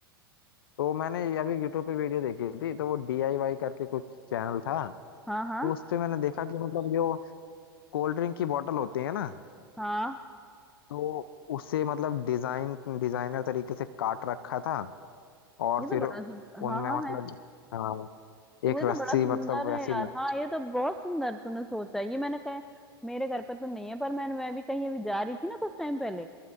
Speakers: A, on the left (about 70°); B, in the centre.
A: तो मैंने अभी यूट्यूब पे वीडियो देखी थी तो वो डीआईवाई करके कुछ चैनल था
B: हाँ
A: तो
B: हाँ
A: उस पे मैंने देखा कि मतलब जो कोल्ड ड्रिंक की बोतल होती है ना
B: हाँ
A: तो उसे मतलब डिजाइन डिजाइनर तरीके से काट रखा था और
B: ये तो
A: फिर
B: बड़ा
A: उनमें
B: सुन हाँ हाँ
A: मतलब
B: मैं
A: हाँ
B: तो
A: एक
B: ये
A: रस्सी
B: तो बड़ा सुंदर
A: मतलब वैसी
B: है यार
A: लग
B: हाँ ये तो बहुत सुंदर तूने सोचा ये मैंने कहा मेरे घर पे तो नहीं है पर मैंने मैं भी कहीं अभी जा रही थी ना कुछ टाइम पहले